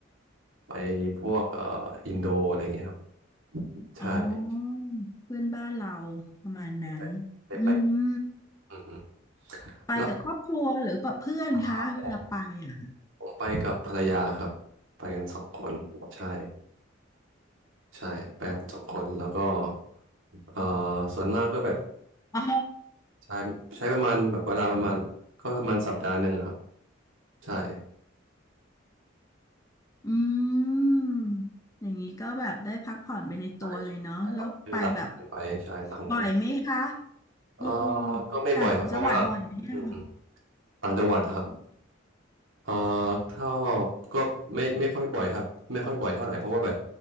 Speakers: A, on the right; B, on the left.
A: ไปพวกเอ่ออินโดอะไรอย่างเงี้ยครับใช่
B: อ๋อเพื่อนบ้านเราประมาณนั้นอืม
A: ใกล้ๆได้ไปอือฮึ
B: ไปกับครอบครัวหรือแบบเพื่อนคะเวลาไปอ่ะ
A: แล้วเอ่อผมผมไปกับภรรยาครับไปกันสองคนใช่ใช่ไปกับสองคนแล้วก็เอ่อส่วนมากก็แบบ
B: อ๋อ
A: ใช้ใช้ประมาณแบบเวลาประมาณก็ประมาณสัปดาห์หนึ่งอะครับใช่
B: อืมอย่างนี้ก็แบบได้พักผ่อนไปในตัวเลยเนาะแล้วไปแบบ
A: ใช่ใช่ครับคือหลังงานไปใช่หลังงาน
B: บ่อยไหมคะ
A: เอ่อ
B: เออ
A: ก็ไม่บ่อยครับ
B: ต่างจังหวัดบ่อยไหมอะ
A: เพราะว่าอืมต่างจังหวัดครับเอ่อถ้าก็ไม่ไม่ค่อยบ่อยครับไม่ค่อยบ่อยเท่าไหร่เพราะว่าแบบ